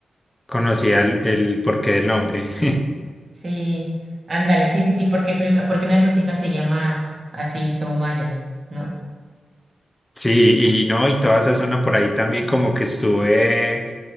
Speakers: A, on the left; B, on the right.
A: Conocía el, el porqué del nombre. <laughs>
B: Sí, ándale, sí, sí, sí, porque su hija, porque una de sus hijas se llama así, Soumaya, ¿no?
A: Sí, y no, y toda esa zona por ahí también como que estuve